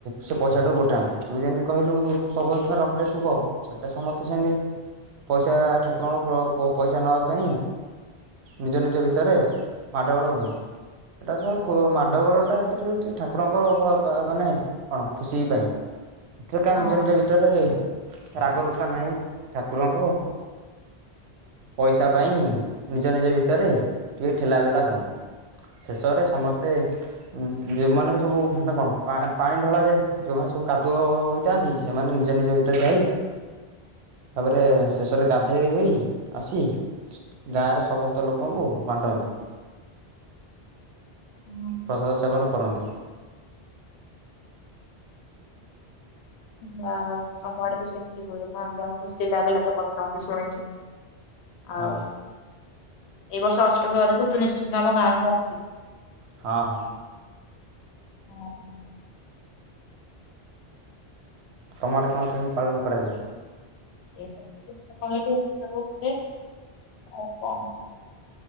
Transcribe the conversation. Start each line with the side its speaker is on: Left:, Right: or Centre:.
Right: ସେ ପଇସାଟାକୁ ଗୋଟାନ୍ତି ତୁ ଯେମିତି କହିଲୁ ସବୁ ରଖିଲେ ଶୁଭ ସେଇଟା ସମସ୍ତେ ସେମିତି ପଇସା ଠାକୁରଙ୍କ ପଇସା ନବା ପାଇଁ ନିଜ ନିଜ ଭିତରେ ମାଡ଼ଗୋଳ ହୁଅନ୍ତି ସେଟା ତ ମାଡ଼ଗୋଳଟା ଏଥିରେ ରହୁଛି ଠାକୁରଙ୍କର ମାନେ କଣ ଖୁସି ପାଇଁ ସେଥିରେ କା
Left: ହଁ
Right: ନିଜ ନିଜ ଭିତରେ ହୁଏ। ରାଗରୁଷା ନାହିଁ ଠାକୁରଙ୍କ ପଇସା ପାଇଁ ନିଜ ନିଜ ଭିତରେ ଟିକେ ଠେଲା ପେଲା ହୁଅନ୍ତି। ଶେଷରେ ସମସ୍ତେ ହୁଁ ଯେଉଁ ମାନଙ୍କୁ ସବୁ ମାନେ କଣ ପାଣି ଢଳାଯାଏ ଯେଉଁମାନେ ସବୁ କାଦୁଅ ହୋଇଥାନ୍ତି ସେମାନେ ନିଜ ନିଜ ଭିତରେ ଯାଇ ତାପରେ ଶେଷରେ ଗାଧୋଇ ହୋଇ ଆସି ଗାଁରେ ସମସ୍ତ ଲୋକଙ୍କୁ ବାଣ୍ଟନ୍ତି।
Left: ହଁ।
Right: ପ୍ରସାଦ ସେବନ କରନ୍ତି।
Left: ଯାହାହୋଉ ଆମ ଆଡେ ବି ସେମିତି ହୁଏ ଯାହା ହୋଉ ଖୁସି ଲାଗିଲ ତୋ କଥା ମତେ ଶୁଣିକି
Right: ହଁ
Left: ଆଉ ଏ ବର୍ଷ ଅଷ୍ଟପ୍ରହରି ତୁ ନିଶ୍ଚିନ୍ତ ଆମ ଗାଁକୁ ଆସିବୁ।
Right: ହଁ ହଁ
Left: ହଁ
Right: ତମ ଆଡେ କଣ କେମିତି ପାଳନ କରାଯାଏ।
Left: ଏ ସବୁ ଜିନିଷ କହିଲି ଏମିତି ସବୁ ହୁଏ ଆଉ କଣ